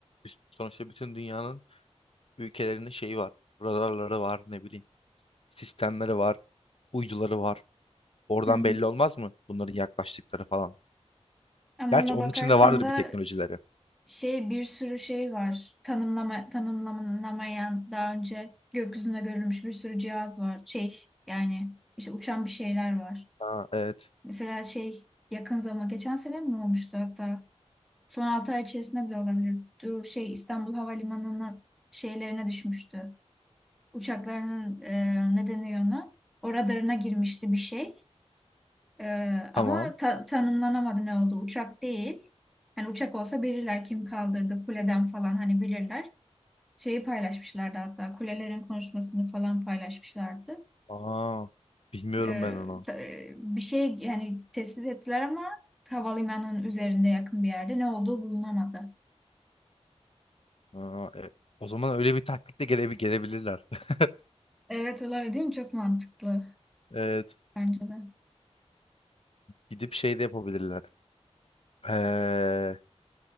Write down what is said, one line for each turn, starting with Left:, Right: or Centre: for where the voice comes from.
Left: Biz- sonuçta bütün dünyanın ülkelerinin şeyi var radarları var ne bileyim sistemleri var, uyduları var. Oradan
Centre: Hı hı.
Left: belli olmaz mı bunların yaklaştıkları falan?
Centre: Ama
Left: Gerçi
Centre: ona
Left: onun
Centre: bakarsan
Left: içinde vardır
Centre: da
Left: bir teknolojileri.
Centre: şey bir sürü şey var. Tanımlama, tanımlanamayan daha önce gökyüzünde görülmüş bir sürü cihaz var. Şey yani işte uçan bir şeyler var.
Left: Ha, evet.
Centre: Mesela şey yakın zaman geçen sene mi olmuştu hatta Son 6 ay içerisinde bile olabilir. Du- Şey İstanbul Havalimanı'nın şeylerine düşmüştü. Uçaklarının e, ne deniyor ona? O radarına girmişti bir şey. E, ama
Left: Tamam.
Centre: ta- tanımlanamadı ne oldu. Uçak değil. Hani uçak olsa bilirler kim kaldırdı kuleden falan hani bilirler. Şeyi paylaşmışlardı hatta kulelerin konuşmasını falan paylaşmışlardı.
Left: Aa, bilmiyorum
Centre: E,
Left: ben onu.
Centre: ta- e, bir şey yani tespit ettiler ama havalimanının üzerinde yakın bir yerde ne olduğu bulunamadı.
Left: Aa, e, o zaman öyle bir taktikle gele gelebilirler. <laughs>
Centre: Evet olabilir değil mi? Çok mantıklı.
Left: Evet.
Centre: Bence de.
Left: Gidip şey de yapabilirler. Ee,